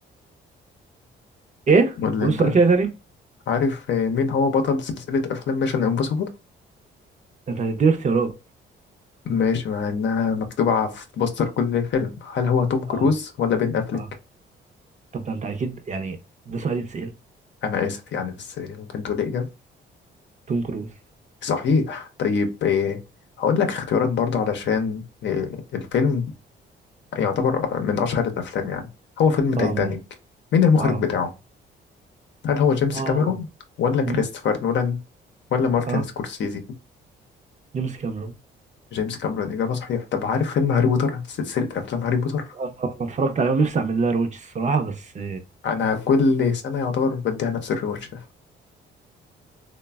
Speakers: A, on the right; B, on the left.
A: ايه
B: ولا
A: قول
B: انت
A: السؤال كده تاني ده
B: عارف مين هو بطل سلسلة افلام ميشن امبوسيبل
A: انت هتديني اختيارات
B: ماشي مع انها مكتوبة على في بوستر كل فيلم هل هو توم كروز
A: اه
B: ولا بين افليك
A: اه طب ده انت اكيد يعني ده سؤال يتسأل
B: انا اسف يعني بس ممكن تقول لي اجابة
A: توم كروز
B: صحيح طيب إيه، هقول لك اختيارات برضه علشان إيه، الفيلم يعتبر من اشهر الافلام يعني هو فيلم تايتانيك
A: اه ماشي
B: مين المخرج
A: اه
B: بتاعه هل هو جيمس
A: اه
B: كاميرون ولا كريستوفر
A: مم.
B: نولان ولا مارتن
A: اه
B: سكورسيزي
A: جيمس كاميرون
B: جيمس كاميرون إجابة صحيحة طب عارف فيلم هاري بوتر سلسلة أفلام هاري بوتر
A: اه آه، انا اتفرجت عليه ونفسي اعمل لها رويتش الصراحه بس
B: أنا كل سنة يعتبر بديها نفس الريواتش ده